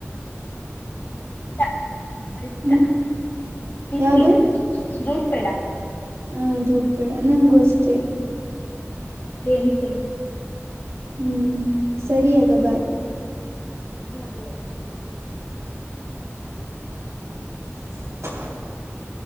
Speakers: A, on the left; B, on the right.
A: ಧೂತ್ ಪೇಡಾ ತುಂಬಾ ಇಷ್ಟ
B: ಹ್ಮ್
A: ನಿಮಗೆ
B: ಯಾವ್ದು
A: ದೂಧ ಪೇಡ
B: ಹ ದೂದ ಬೇಡ ನನ್ಗೂ ಅಷ್ಟೆ
A: ಹ್ಮ ಸರಿ ಸರಿ
B: ಹ್ಮ್ ಸರಿಯಗ ಬಾಯ್
A: ಅದೇ ಅದೇ
B: <inaudible>